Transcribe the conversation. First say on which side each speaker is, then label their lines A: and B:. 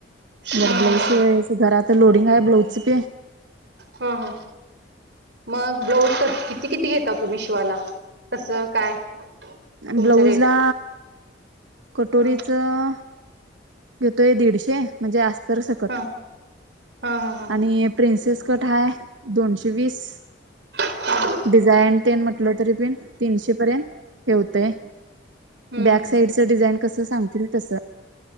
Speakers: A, on the right; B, on the right.
A: जर
B: हा हा
A: ब्लाऊज शिवायचं घरात लोडिंग हाय ब्लाऊज ते.
B: हं, ह. मग ब्लाऊज किती किती घेता तुम्ही शिवाला? तसं काय? तुमचं
A: ब्लाऊज
B: रेट
A: ला कटोरीचं
B: हा
A: घेतोय, दीडशे म्हणजे अस्तर सकट
B: हा हा हा हा हा
A: आणि प्रिन्सेस कट हाय दोनशे वीस.
B: हम्म
A: डिझाईन ते म्हटल तरी पिण तीनशे पर्यंत हे होतय. बॅक
B: हम्म
A: साइडच
B: हम्म.
A: डिझाईन कस सांगतील तस.